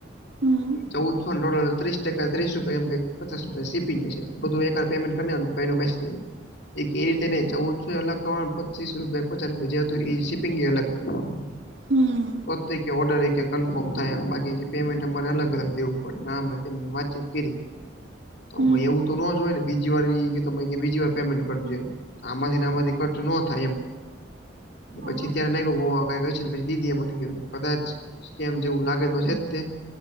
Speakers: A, on the right (about 75°); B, on the left (about 65°).
A: હમ
B: ચૌવુદસો નેટોટલ ત્રીસ ટકા ત્રીસ રૂપિયાએમ કાઈક પચાસ રૂપિયા સીપિંગ હશે બધું એક હારે પેમેન્ટ કર નાખું <unintelligible> પચીસ ચીસ રૂપિયા <unintelligible> શીપિંગ એ અલગ કરવાનું
A: હમ
B: ઓડરેકે કન્ફર્મ થયા બાકી પેમેન્ટ અમારે અલગ અલગ દેવું પડેમને વાતચીત કરી તો
A: હમ
B: એવું તો નો જ હોય ને બીજી વાર કે બીજી વાર પેમેન્ટ કરજે આમાંથી ને આમાંથી કટ ન થાય એમ પછી
A: ઓ
B: ત્યારે નઈ ગું કઈ ગઈ છે પછી દીદી એ મને કધું કદાચ કેમ જેવું લાગે તો છે જ તે